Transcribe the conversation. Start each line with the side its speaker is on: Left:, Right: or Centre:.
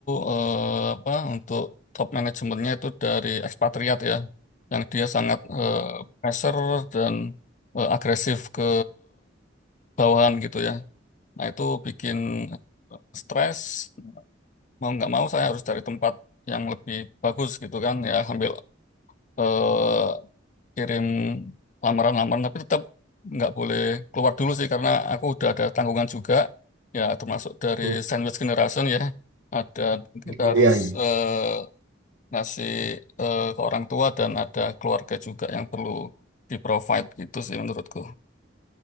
Left: eh, apa untuk top manajemennya itu dari ekspatriat ya, yang dia sangat eh, pressure dan eh, agresif ke bawahan gitu ya. Nah, itu bikin stres. Mau nggak mau saya harus cari tempat yang lebih bagus gitu kan. Ya, sambil eh, kirim lamaran-lamaran. Tapi tetap nggak boleh keluar dulu sih karena aku udah ada tanggungan juga. Ya, termasuk dari
Right: Hmm.
Left: sandwich generation ya. Ada kita
Right: Oh
Left: harus
Right: iya. iya.
Left: eh, ngasih eh, ke orang tua dan ada keluarga juga yang perlu di-provide gitu sih menurutku.